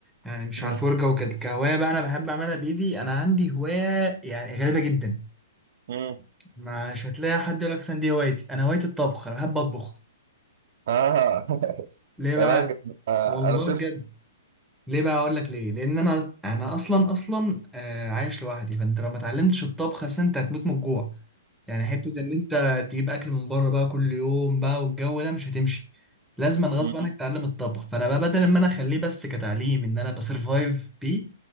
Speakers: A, in the centre; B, on the right (about 60°).
A: يعني مش
B: مم.
A: على الفرجه وكده كهوايه بقى انا بحب اعملها بايدي انا عندي هوايه يعني غريبه جدا
B: مم.
A: مش هتلاقي حد يقول لك مثلا دي هوايتي انا هوايتي الطبخ انا بحب اطبخ
B: اه <laughs>
A: ليه بقى
B: يا راجل آه،
A: والله
B: انا صفر
A: بجد ليه بقى اقول لك ليه لان انا انا اصلا اصلا آه، عايش لوحدي فانت لو ما اتعلمتش الطبخ اصل انت هتموت من الجوع يعني حته ان انت تجيب اكل من بره بقى كل يوم بقى والجو ده مش هتمشي لازما غصب
B: <laughs>
A: عنك تتعلم الطبخ فانا بقى بدل ما انا اخليه بس كتعليم ان انا بسرفايف بيه